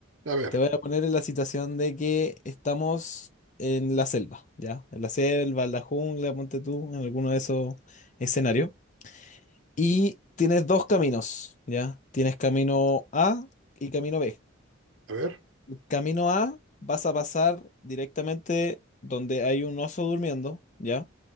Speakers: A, on the right; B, on the left.
A: A ver,
B: Te voy a poner en la situación de que estamos en la selva, ¿ya? En la selva, en la jungla, ponte tú, en alguno de esos escenarios. Y tienes dos caminos, ¿ya? Tienes camino A y camino B.
A: a ver.
B: Camino A vas a pasar directamente donde hay un oso durmiendo, ¿ya?